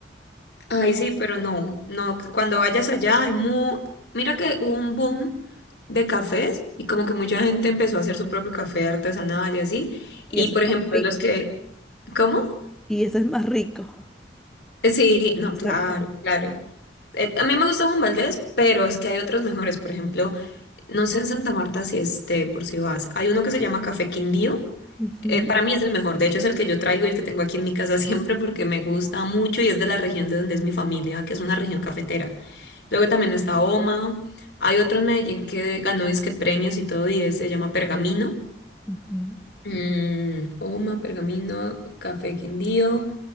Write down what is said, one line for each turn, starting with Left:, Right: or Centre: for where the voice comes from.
Left: Ay, sí, pero no, no, cuando vayas allá hay mu... Mira que hubo un boom de cafés y como que mucha gente empezó a hacer su propio café artesanal y así. Y
Centre: Y ese
Left: por
Centre: es
Left: ejemplo,
Centre: más rico.
Left: los que... ¿Cómo?
Centre: Y ese es más rico.
Left: Eh, Sí, no,
Centre: Esa
Left: claro,
Centre: no.
Left: claro. Eh, a mí me gusta Juan Valdez, pero es que hay otros mejores. Por ejemplo, no sé en Santa Marta si esté, por si vas. Hay uno que se llama Café Quindío
Centre: Ujú,
Left: Eh, para mí es el mejor, de hecho es el que yo traigo y el que tengo aquí en mi casa <laughs> siempre porque me gusta mucho y es de la región de donde es mi familia, que es una región cafetera. Luego también está Oma, hay otro en Medellín que ganó disque premios y todo y es- se llama Pergamino.
Centre: ujú,
Left: Mm, Oma, Pergamino, Café Quindío.